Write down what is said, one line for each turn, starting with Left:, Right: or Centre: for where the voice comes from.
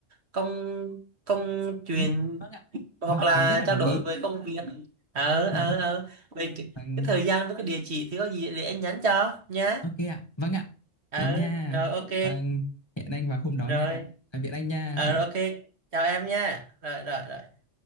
Right: công công chuyện
Left: Ừ, Vâng ạ.
Right: hoặc
Left: Vâng,
Right: là
Left: em rất là đồng
Right: trao đổi
Left: ý.
Right: về công việc. Ờ ờ
Left: Dạ vâng.
Right: ờ về cái,
Left: vâng.
Right: cái thời gian với cái địa chỉ thì có gì để anh nhắn cho nhá.
Left: Ok ạ. Vâng ạ.
Right: Ờ
Left: Thế nha.
Right: rồi ok.
Left: Vâng, hẹn anh vào hôm đó
Right: Rồi.
Left: nha. Tạm biệt anh nha.
Right: Ờ
Left: Bye
Right: rồi ok. Chào em nha. Rồi rồi rồi.